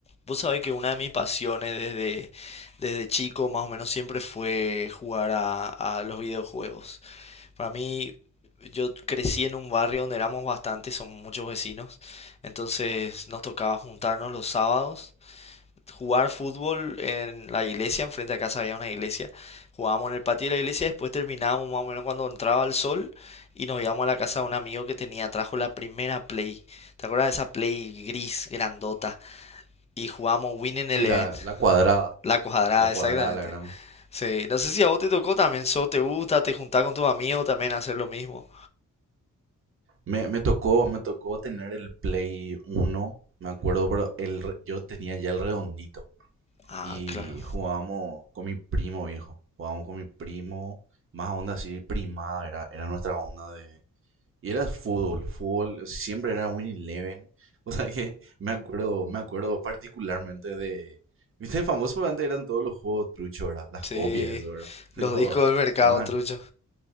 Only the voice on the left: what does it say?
Vos sabés que una de mis pasiones desde, desde chico más o menos siempre fue jugar a, a los videojuegos. Para mí, yo crecí en un barrio donde éramos bastantes, son muchos vecinos, entonces nos tocaba juntarnos los sábados, jugar fútbol en la iglesia, enfrente a casa había una iglesia, jugábamos en el patio de la iglesia, después terminábamos más o menos cuando entraba el sol y nos íbamos a la casa de un amigo que tenía, trajo la primera Play, ¿te acuerdas de esa Play gris grandota? Y jugábamos Winning
Eleven.
La cuadrada,
exactamente.
Sí, no sé si a vos te tocó también, so, te gusta, te juntás con tus amigos también a hacer lo mismo.
Ah,
claro.
Sí,
los
discos del mercado,
trucho.